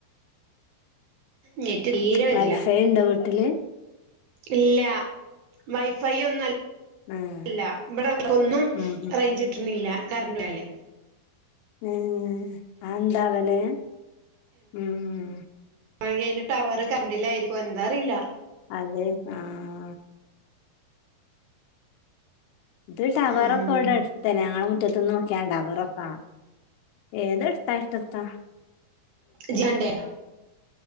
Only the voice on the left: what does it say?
വൈഫൈ ഉണ്ടോ വീട്ടില്?
ആഹ്
ഉം
ഓ അതെന്താ അങ്ങനെ? ഉം.
അതെ ആഹ്. ഇത് ടവറാക്കെ
ഇവിടെ അടുത്തു തന്നെ ഞങ്ങളെ മുറ്റ തിന്നു നോക്കിയണ്ട വെറുപ്പാ ഏതെടുത്തായിട്ടത്താ